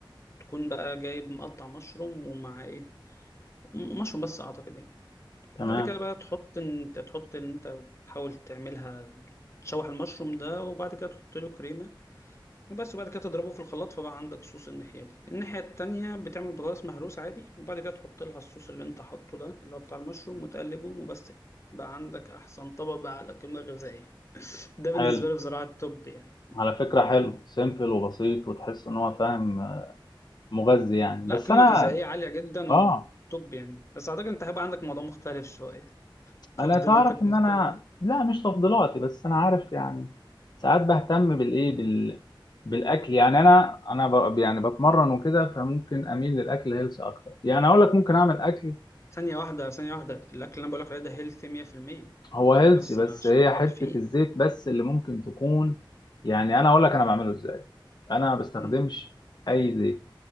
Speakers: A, on the left; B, on the left.
A: تكون بقى جايب مقطع مشروم ومع ايه م- مشروم بس اعتقد يعني
B: تمام
A: بعد كده بقى تحط انت تحط ان انت بتحاول تعملها تشوح المشروم ده وبعد كده تحط له كريمة وبس وبعد كده تضربه في الخلاط فبقى عندك صوص الناحية دي الناحية التانية بتعمل بطاطس مهروس عادي وبعد كده تحط لها الصوص اللي انت حاطه ده اللي هو بتاع المشروم وتقلبهم وبس كده بقى عندك أحسن طبق بقى على قيمة غذائية ده بالنسبة
B: حلو
A: لي بصراحة التوب يعني
B: على فكرة حلو سيمبل وبسيط وتحس ان هو فاهم آه، مغذي يعني
A: لا
B: بس
A: قيمة
B: انا
A: غذائية عالية جدا
B: اه
A: وتوب يعني بس أعتقد أنت هيبقى عندك موضوع مختلف شوية <laughs> تفضيلاتك
B: انا تعرف
A: مختلفة
B: ان انا لا مش تفضيلاتي بس انا عارف يعني ساعات بهتم بالايه بال بالاكل يعني انا انا ب... يعني بتمرن وكده فممكن اميل للاكل هيلث اكتر يعني اقول لك ممكن اعمل اكل
A: ثانية واحدة ثانية واحدة الأكل اللي أنا بقولك عليه ده هيلثي 100%
B: هو هيلثي
A: أنت بس
B: بس
A: ما عشان
B: هي
A: نبقى
B: حتة
A: متفقين
B: الزيت بس اللي ممكن تكون يعني أنا أقول لك أنا بعمله إزاي أنا ما بستخدمش
A: مم.
B: أي زيت